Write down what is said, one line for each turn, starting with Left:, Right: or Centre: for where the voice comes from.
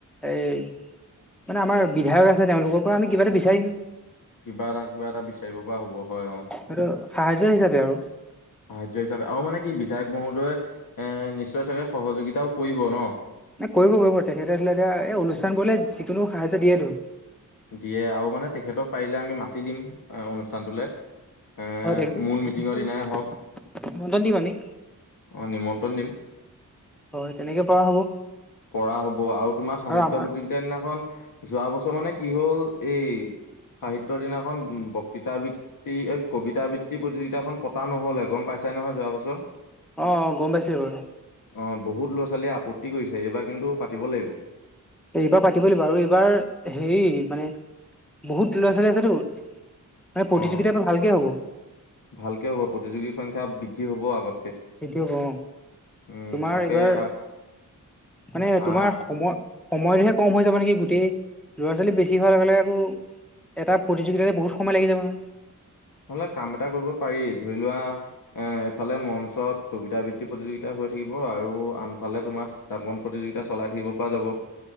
Centre: এই মানে আমাৰ বিধায়ক আছে, তেওঁলোকৰ পৰা আমি কিবাটা বিচাৰিম।
Left: কিবা এটা, কিবা এটা, বিচাৰিব পৰা হ'ব হয়, অ'।
Centre: সেইটো সাহায্য হিচাপে আৰু।
Left: সাহায্য হিচাপে আৰু মানে কি বিধায়ক মহোদয়ে এ, নিশ্চয় চাগে সহযোগিতাও কৰিব ন।
Centre: এ, কৰিব, কৰিব তেখেতে আছিলে এতিয়া এই অনুষ্ঠানবোৰলে যিকোনো সাহায্য দিয়েইেতো।
Left: দিয়ে আৰু মানে তেখেতক পাৰিলে আমি মাতি দিম অনুষ্ঠানটোলে এ
Centre: হয় নিমন্ত্ৰণ
Left: মূল মিটিঙৰ দিনাই হওক
Centre: দিম আমি
Left: অঁ নিমন্ত্ৰণ দিম
Centre: হয় তেনেকে পৰা হ'ব
Left: কৰা হব আৰু তোমাৰ সাহিত্য
Centre: আৰু আমাৰ
Left: প্ৰতিযোগিতা দিনাখন যোৱা বছৰ মানে কি হল এই সাহিত্যৰ দিনাখন বক্তৃতা আবৃতি এই কবিতা আবৃত্তি প্ৰতিযোগিতাখন পতা নহ'ল গম পাইছাই নহয় যোৱা বছৰ
Centre: অ গম পাইছে বাৰু
Left: অ বহুত ল'ৰা ছোৱালীয়ে আপত্তি কৰিছে এইবাৰ কিন্তু পাতিব লাগিব
Centre: এইবাৰ পাতিব লাগিব আৰু এইবাৰ হেৰি মানে বহুত ল'ৰা, ছোৱালী আছেতো মানে প্ৰতিযোগিতা
Left: অ
Centre: এবাৰ ভালকে হ'ব।
Left: ভালকে হ'ব, প্ৰতিযোগীৰ সংখ্যা বৃদ্ধি হ'ব আগতকে।
Centre: সেইটোও অ,
Left: উম
Centre: তোমাৰ
Left: তাকে
Centre: এইবাৰ মানে
Left: আহ
Centre: তোমাৰ সময় সময়টোহে কম হৈ যাব নেকি গোটেই ল'ৰা ছোৱালী বেছি হোৱাৰ লগে লগে আকৌ এটা প্ৰতিযোগিতাতে বহুত সময় লাগি যাব নহয়
Left: নহলে কাম এটা কৰিব পাৰি ধৰি লোৱা এ এফালে মঞ্চত কবিতা আবৃত্তি প্ৰতিযোগিতা হৈ থাকিব আৰু আন দুয়োফালে তোমাৰ চিত্ৰাংকন প্ৰতিযোগিতা চলাই থাকিব পৰা যাব